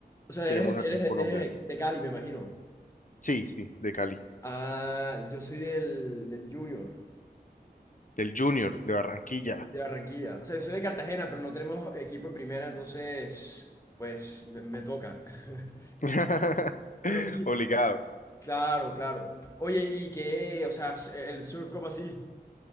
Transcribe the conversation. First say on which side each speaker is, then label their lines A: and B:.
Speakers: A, on the left; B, on the left.
A: O sea,
B: que tenemos
A: eres,
B: acá
A: eres
B: en
A: de,
B: Colombia.
A: eres de- de Cali, me imagino.
B: Sí, sí, de Cali.
A: Ah, yo soy del, del Junior.
B: Del Junior, de Barranquilla.
A: De Barranquilla. O sea, yo soy de Cartagena, pero no tenemos equipo en primera, entonces, pues, me, me toca. <laughs>
B: <laughs>
A: Pero sí,
B: Obligado.
A: claro, claro. Oye, ¿y qué? O sea, el surf, ¿cómo así?